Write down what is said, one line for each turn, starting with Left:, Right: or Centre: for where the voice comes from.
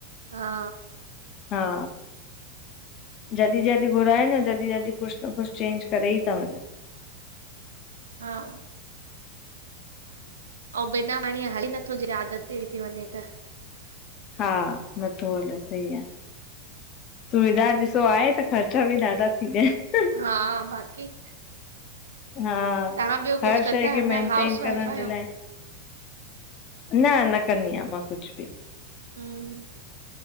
Right: हा।
Left: हा जॾहिं जॾहिं घुराए न जॾहिं जॾहिं कुझु न कुझु चेंज करे ई ता वञनि।
Right: हा। ऐं बिना पाणी हलीे नथो जे आदत पई थी वञे त।
Left: हा नथो हले सही आ। सुविधा ॾिसो आहे त ख़र्चा ॿि ॾाढा थी वियाइनि।
Right: हा बाक़ी
Left: हा
Right: तव्हां ॿियो
Left: हर
Right: कुझु कंदा
Left: शएं
Right: आहियो
Left: खे
Right: न
Left: मेनटेन
Right: हाउस वाइफ
Left: करण
Right: आहियो
Left: ॼे लाए। न न कंदी आहियां मां कुछु ॿि।
Right: हम्म